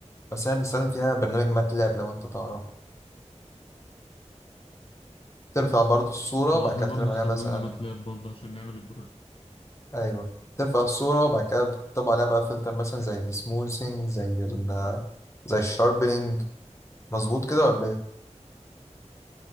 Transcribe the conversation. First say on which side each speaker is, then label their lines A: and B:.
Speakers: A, on the left; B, on the left.
A: بس احنا بنستخدم فيها برنامج ماتلاب لو انت تعرفه ترفع برضو الصوره
B: ما
A: وبعد
B: احنا
A: كده
B: برضو
A: بتعمل
B: استخدمنا
A: عليها مثلا
B: ماتلاب برضو عشان نعمل البروجكت
A: ايوه ترفع الصوره وبعد كده بتطبع عليها بقى فلتر مثلا زي السموثينج زي ال زي الشاربينج مظبوط كده ولا ايه